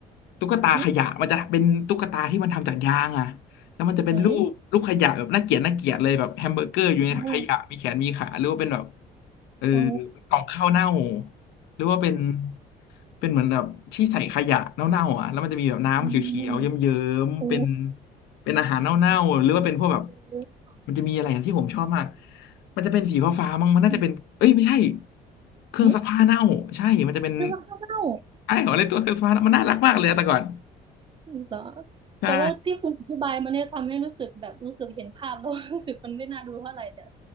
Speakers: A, on the left; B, on the right.
A: ตุ๊กตาขยะมันจะเป็นตุ๊กตาที่มันทำจากยางอ่ะแล้วมันจะเป็นรูปรูปขยะแบบน่าเกลียดน่าเกลียดเลยแบบแฮมเบอร์เกอร์อยู่ในถังขยะมีแขนมีขาหรือว่าเป็นแบบ
B: อืมเฮ้ยอ๋อ
A: เออ
B: โอ้
A: กล่องข้าวเน่าหรือว่าเป็น เป็นเหมือนแบบที่ใส่ขยะเน่าๆอ่ะแล้วมันจะมีแบบน้ำเขียวๆเยิ้มๆเป็น
B: อืมโอ้
A: เป็นอาหารเน่าๆหรือว่าเป็นพวกแบบ
B: โอ้
A: มันจะมีอะไรอย่างที่ผมชอบมากมันจะเป็นสีฟ้าๆมั้งมันน่าจะเป็นเอ้ยไม่ใช่
B: อ
A: เครื่องซักผ้าเน่าใช่มันจะเป็น
B: ืซื้อแล้วก็เล่า
A: ไอ้ของอะไรตัวเครื่องซักผ้าเน่ามันน่ารักมากเลยอะแต่ก่อน
B: เหรอ
A: ใช่
B: แต่ว่าที่คุณอธิบายมาเนี่ยทำให้รู้สึกแบบรู้สึกเห็นภาพแล้ว <laughs> รู้สึกมันไม่น่าดูเท่าไหร่แต่